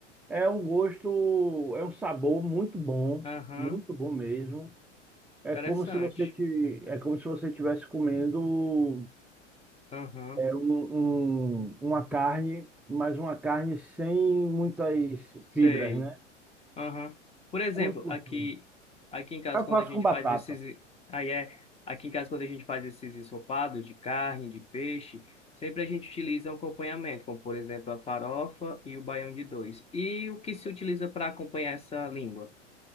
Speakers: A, in the centre; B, on the left.
A: é um gosto, é um sabor muito bom,
B: Aham,
A: muito bom mesmo. É
B: interessante.
A: como se você te, é como se você estivesse comendo
B: Aham,
A: é, um, um- uma carne, mas uma carne sem muitas
B: sei.
A: fibras, né?
B: Aham. Por exemplo,
A: É muito gostoso.
B: aqui, aqui em casa,
A: Eu
B: quando
A: faço
B: a gente
A: com batata.
B: faz esses. Aí é. Aqui em casa, quando a gente faz esses ensopados de carne, de peixe, sempre a gente utiliza um acompanhamento, como por exemplo a farofa e o baião de dois. E o que se utiliza para acompanhar essa língua?